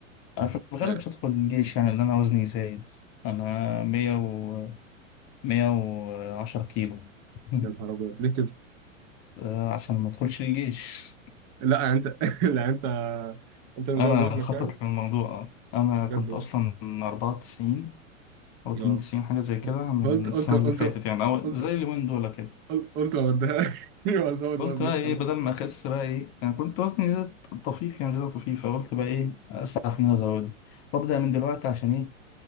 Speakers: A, on the left (about 35°); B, on the right (about 45°).
A: انا في الغالب
B: آه
A: مش هدخل الجيش يعني لان انا وزني زايد انا مية و مية وعشرة كيلو <laughs>
B: يا نهار ابيض ليه كده
A: آه، عشان ما ادخلش الجيش
B: لا يعني انت <laughs> لا انت انت مزود
A: انا
B: ده في
A: مخطط
B: مكان
A: للموضوع انا
B: بجد
A: كنت
B: والله.
A: اصلا اربعة وتسعين او
B: اه
A: اتنين وتسعين حاجة زي كده من
B: قلت قلت
A: السنة
B: قلت
A: اللي فاتت يعني او
B: قلت
A: زي اليومين دول كده
B: قل- قلت ما بديهاش <laughs> وازود
A: قلت
B: وزني
A: بقى ايه
B: خلاص
A: بدل ما اخس بقى ايه انا كنت وزني زاد طفيف يعني زيادة طفيفة قلت بقى ايه اسعى في ان انا ازود وابدا من دلوقتي عشان إيه،